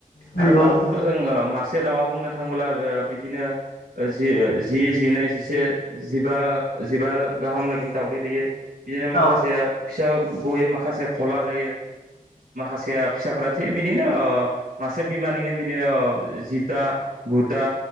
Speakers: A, on the left (about 75°); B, on the right (about 85°).
A: नंगौ
B: आरो दाउखौथ'
A: नंगौ
B: जोङो मासे दाउआ बुंनो थांबोला बिदिनो जि जि। जिनै जिसे जिबा जिबा। गाहामलागैनो दाउदै दैयो बिदिनो माखासे
A: औ
B: फिसा गयो माखासे खला जायो। माखासेया फिसाफोरा थै बिदिनो ओ मासे बिमानिनो बिदिनो ओ जिथा। गुथा